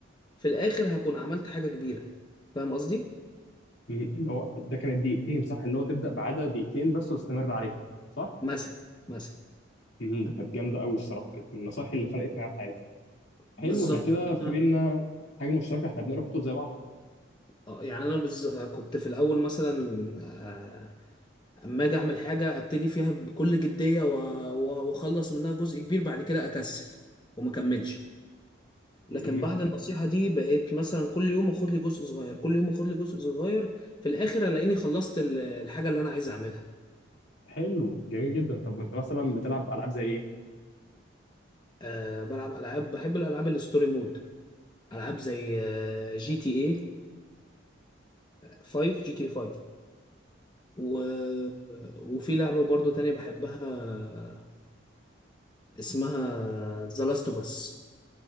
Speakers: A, on the left (about 20°); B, on the left (about 65°).
A: في الآخر هكون عملت حاجة كبيرة فاهم قصدي؟
B: مهم. اللي هو ده كانت دقيقتين صح اللي هو تبدأ بعادة دقيقتين بس واستمر عليها صح؟
A: مثلا مثلا
B: مهم. ده كانت جامدة قوي الصراحة كانت من النصائح اللي فرقت معايا في حياتي حلو
A: بالظبط
B: احنا كده في
A: أنا
B: بينا حاجة مشتركة احنا بنقرا كتب زي بعض
A: آه، يعني أنا بز... كنت في الأول مثلا آه، أما أجي أعمل حاجة أبتدي فيها بكل جدية و- و- وأخلص منها جزء كبير بعد كده أكسل وما أكملش لكن
B: مهم.
A: بعد النصيحة دي بقيت مثلا كل يوم اخد لي جزء صغير كل يوم اخد لي جزء صغير في الاخر الاقيني خلصت ال- الحاجة اللي انا عايز اعملها
B: حلو جميل جدا طب وانت مثلا بتلعب العاب زي ايه؟
A: أه بلعب العاب بحب الالعاب الستوري مود العاب زي آه، جي تي اي 5 جي تي اي 5 و- وفي لعبة برضو تانية بحبها اسمها ذا لاست اوف اس